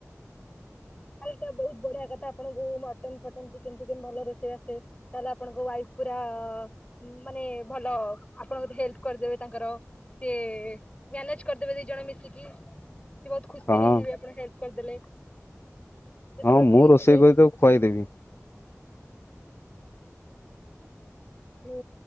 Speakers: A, on the left; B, on the left.
A: ହୁ। ତାହେଲେ ତ ବହୁତ ବଢିଆ କଥା ଆପଣଙ୍କୁ ମଟନ ଫଟନ ଚିକେନ ଫିକେନ ଭଲ ରୋଷେଇ ଆସେ ତାହେଲେ ଆପଣଙ୍କ ୱାଇଫ ପୁରାମାନେ ଭଲ ଆପଣେ ହେଲ୍ପ କରିଦେବେ ତାଙ୍କର ସେ ମ୍ୟାନେଜ୍ କରିଦେବେ ଦି ଜଣ ମିଶିକି ବହୁତ ଖୁସି
B: ହଁ
A: ହେଇଯିବେ ଆପଣ ହେଲପ କରିଦେଲେ। ଯେତେବେଳେ
B: ହଁ ମୁଁ
A: ଫ୍ରି
B: ରୋଷେଇ
A: ଥିବେ
B: କରି ତାକୁ ଖୁଆଇ ଦେବି।
A: ହୁଁ